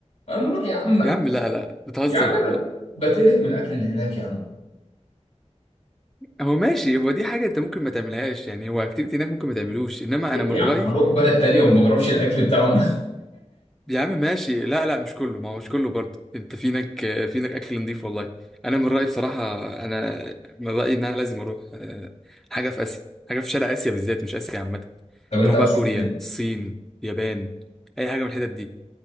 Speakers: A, on the left; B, in the centre.
A: هنروح يا عم
B: يا عم لا لا بتهزر
A: يا عم انا
B: والله
A: بتقرف من الاكل اللي هناك يا عم
B: هو ماشي هو دي حاجة انت ممكن ما تعملهاش يعني هو اكتيفيتي هناك ممكن ما تعملوش انما
A: يا
B: انا من رأيي
A: عم هروح بلد تانية وما بجربش الاكل بتاعهم
B: يا عم ماشي لا لا مش كله ما هو مش كله برضه انت في هناك في هناك اكل نضيف والله انا من رأيي بصراحة انا من رأيي ان انا لازم اروح آه، حاجة في آسيا حاجة في شرق آسيا بالذات مش آسيا عامة
A: <laughs> طب انت
B: نروح
A: عاوز
B: بقى كوريا
A: تروح فين
B: الصين اليابان اي حاجة من الحتت دي